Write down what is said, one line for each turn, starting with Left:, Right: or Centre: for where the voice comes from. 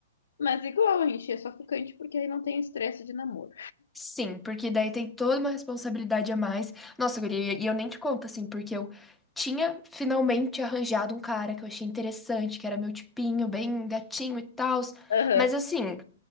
Left: Mas igual, a gente é só ficante porque aí não tem estresse de namoro.
Centre: sim, porque daí tem toda uma responsabilidade a mais. Nossa, guria, e eu nem te conto, assim, porque eu tinha finalmente arranjado um cara que eu achei interessante, que era meu tipinho, bem gatinho e tal.
Left: Aham,
Centre: Mas, assim,